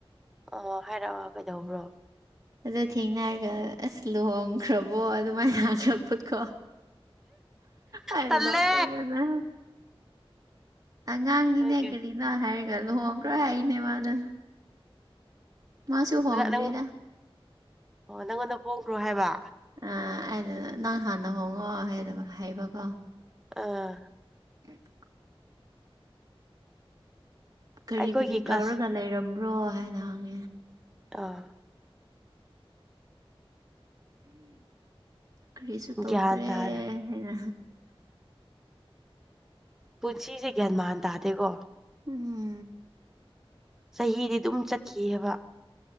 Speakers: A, in the centre; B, on the right.
A: ꯑꯣ ꯍꯥꯏꯔꯛꯑꯣ ꯀꯩꯗꯧꯕ꯭ꯔꯣ
B: ꯑꯗꯣ ꯊꯦꯡꯅꯔꯒ ꯑꯁ ꯂꯨꯍꯣꯡꯈ꯭ꯔꯕꯣ ꯑꯗꯨꯃꯥꯏꯅ ꯍꯡꯔꯛꯄꯀꯣ ꯑꯩꯅ
A: ꯇꯜꯂꯦ
B: ꯅꯣꯛꯅꯤꯡꯕꯅ ꯑꯉꯥꯡꯅꯤꯅꯦ
A: ꯍꯥꯏꯒꯦ
B: ꯀꯔꯤꯅꯣ ꯍꯥꯏꯔꯒ ꯂꯨꯍꯣꯡꯈ꯭ꯔꯣ ꯍꯥꯏꯅꯦ ꯃꯥꯗ ꯃꯥꯁꯨ ꯍꯣꯡꯗ꯭ꯔꯤꯗ
A: ꯅꯪꯉꯣꯟ ꯑꯣ ꯅꯪꯉꯣꯟꯗ ꯍꯣꯡꯈ꯭ꯔꯣ ꯍꯥꯏꯕ
B: ꯑ ꯑꯩꯅ ꯅꯪ ꯍꯥꯟꯅ ꯍꯣꯡꯉꯣ ꯍꯥꯏꯔꯒ ꯍꯥꯏꯕꯀꯣ
A: ꯑꯥ
B: <unintelligible> ꯀꯔꯤ
A: ꯑꯩꯈꯣꯏꯒꯤ
B: ꯀꯔꯤ
A: ꯀ꯭ꯂꯥꯁ
B: ꯇꯧꯔꯒ ꯂꯩꯔꯝꯕ꯭ꯔꯣ ꯍꯥꯏꯅ ꯍꯪꯉꯦ
A: ꯑꯥ
B: ꯀꯔꯤꯁꯨ ꯇꯧꯗ꯭ꯔꯦ
A: ꯒ꯭ꯌꯥꯟ ꯇꯥꯗꯦ
B: ꯍꯥꯏꯅ
A: ꯄꯨꯟꯁꯤꯁꯦ ꯒ꯭ꯌꯥꯟ ꯃꯥꯟ ꯇꯥꯗꯦꯀꯣ
B: ꯎꯝ
A: ꯆꯍꯤꯗꯤ ꯗꯨꯝ ꯆꯠꯈꯤꯑꯕ